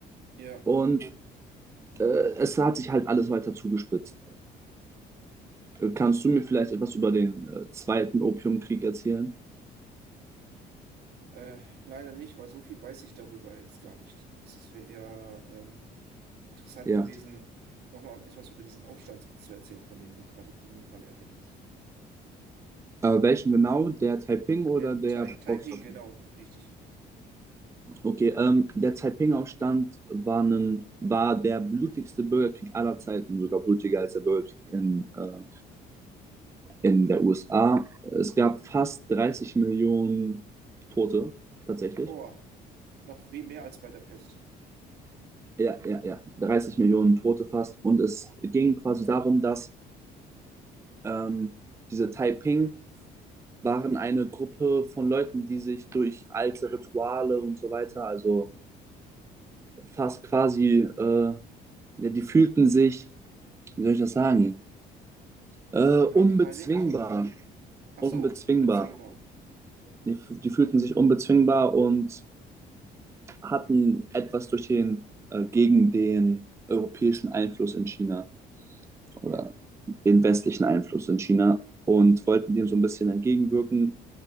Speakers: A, on the right (about 70°); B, on the right (about 15°).
A: Ja,
B: Und äh, es hat sich halt alles weiter zugespitzt. Äh, Kannst du mir vielleicht etwas über den äh, zweiten Opiumkrieg erzählen?
A: äh, leider nicht, weil so viel weiß ich darüber jetzt gar nicht. Es wäre eher ähm, interessant
B: Ja.
A: gewesen, nochmal etwas über diesen Aufstand zu erzählen, von dem du gerade, den du gerade erwähnt hast.
B: Äh, welchen genau? Der Taiping oder
A: Der
B: der
A: Tai Taiping,
B: Boxeraufstand?
A: genau, richtig.
B: Okay, ähm, der Taiping-Aufstand war, ein- war der blutigste Bürgerkrieg aller Zeiten, sogar blutiger als der Bürgerkrieg in äh, in der USA. Es gab fast 30 Millionen Tote tatsächlich.
A: Boah, noch viel mehr als bei der Pest.
B: Ja, ja, ja. 30 Millionen Tote fast. Und es ging quasi darum, dass ähm, diese Taiping waren eine Gruppe von Leuten, die sich durch alte Rituale und so weiter, also fast quasi, äh, ja, die fühlten sich, wie soll ich das sagen, äh,
A: Benachteiligt?
B: unbezwingbar.
A: Ach
B: Unbezwingbar.
A: so, be- unbezwingbar.
B: Die, die fühlten sich unbezwingbar und hatten etwas durch den, äh, gegen den europäischen Einfluss in China oder
A: Ja.
B: den westlichen Einfluss in China und wollten dem so ein bisschen entgegenwirken